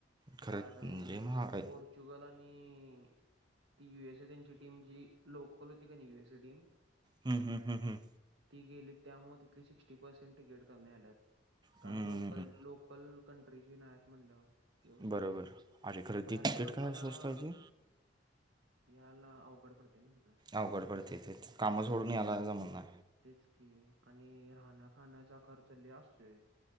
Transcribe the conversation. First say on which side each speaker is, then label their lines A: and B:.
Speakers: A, on the right; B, on the right.
A: खरंच
B: कारण
A: म्हणजे महाग आहे
B: पऽ र्चुगल आणि, ती युएस ए त्यांची टीम जी, लोकल होती क नै युएस ए टीम.
A: हम् ह्ं ह्ं हं,,
B: ती गेली त्यामुळ तिथली सिक्स्टी पर्सेंट तिकीट कमी आल्यात,, कारण
A: हम्म.
B: लोकल लोकऽ कल कंट्रीची नाहीयत म्हणल्यावऽ तवसीन
A: बरोबर
B: झालाय,
A: अरे खरं
B: बाहेरच्या
A: ती तिकीट
B: लोकांनाऽ
A: काय स्वस्त आहे की
B: याला, अवघड पडतेय नाई तिकडं.
A: अवघड पडतय तेच, कामं सोडून याला जमना.
B: तेच की, आणि, राहण्या खाण्याचा खर्च लय असतोय.